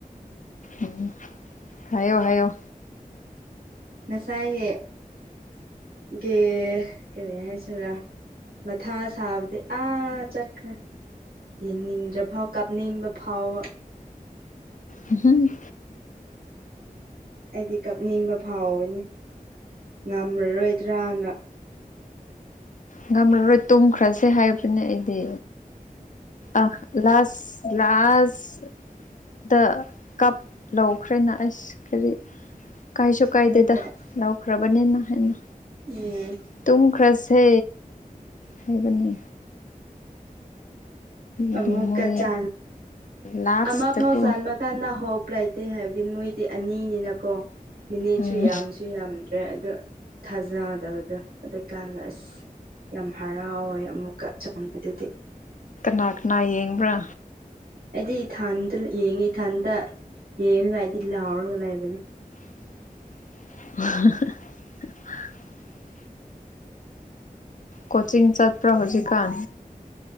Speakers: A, on the left; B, on the right.
A: ꯎꯝ ꯍꯥꯏꯌꯣ ꯍꯥꯏꯌꯣ
B: ꯉꯁꯥꯏꯅꯦ ꯀꯦ ꯀꯔꯤ ꯍꯥꯏꯁꯤꯔꯥ ꯃꯊ ꯁꯥꯕꯗꯤ ꯑꯥ ꯆꯠꯈ꯭ꯔꯦ ꯌꯦꯡꯅꯤꯡꯗ꯭ꯔꯐꯥꯎ ꯀꯥꯞꯅꯤꯡꯕ ꯐꯥꯎꯕ
A: ꯍꯨꯝ ꯍꯨꯝ
B: ꯑꯩꯗꯤ ꯀꯞꯅꯤꯡꯕ ꯐꯥꯎꯕꯅꯤ ꯉꯝꯃꯔꯣꯏꯗ꯭ꯔꯅ
A: ꯉꯝꯂꯔꯣꯏ ꯇꯨꯝꯈ꯭ꯔꯁꯦ ꯍꯥꯏꯕꯅꯦ ꯑꯩꯗꯤ ꯑꯥ ꯂꯥꯁ ꯂꯥꯁ ꯗ ꯀꯞ ꯂꯧꯈ꯭ꯔꯦꯅ ꯑꯁ ꯀꯔꯤ ꯀꯥꯏꯁꯨ
B: ꯑꯗꯨꯅꯦ
A: ꯀꯥꯏꯗꯦꯗ
B: ꯑꯁ
A: ꯂꯧꯈ꯭ꯔꯕꯅꯤꯅ ꯍꯥꯏꯅ
B: ꯎꯝ
A: ꯇꯨꯝꯈ꯭ꯔꯁꯦ ꯍꯥꯏꯕꯅꯤ
B: ꯑꯃꯨ
A: ꯑꯗꯨ ꯃꯣꯏ
B: ꯀꯆꯥꯟ
A: ꯂꯥꯁꯇꯀꯣ
B: ꯑꯃ ꯐꯥꯎ ꯆꯥꯟꯕ ꯀꯥꯟꯗ ꯍꯣꯞ ꯂꯩꯥꯏꯇꯦ ꯍꯥꯏꯕꯗꯤ ꯃꯣꯏꯗꯤ ꯑꯅꯤꯅꯤꯅꯀꯣ ꯃꯤꯅꯤꯠꯁꯨ
A: ꯎꯝ
B: ꯌꯥꯝꯁꯨ ꯌꯥꯝ ꯑꯗꯨ ꯊꯥꯖꯗꯕꯗꯣ ꯑꯗꯨ ꯀꯥꯟꯗ ꯑꯁ ꯌꯥꯝ ꯍꯔꯥꯎꯋꯦ ꯑꯃꯨꯛꯀ ꯆꯪꯕ ꯑꯗꯨꯗꯤ
A: ꯃꯥ ꯀꯅꯥ ꯌꯦꯡꯕ꯭ꯔꯥ
B: ꯑꯩꯗꯤ ꯏꯊꯟꯇ ꯌꯦꯡꯉꯤ ꯏꯊꯟꯇ ꯌꯦꯡꯉꯒ ꯑꯩꯗꯤ ꯂꯥꯎꯔꯒ ꯂꯩꯕꯅꯦ
A: <inaudible> ꯀꯣꯆꯤꯡ ꯆꯠꯄ꯭ꯔꯥ ꯍꯧꯖꯤꯛꯀꯥꯟ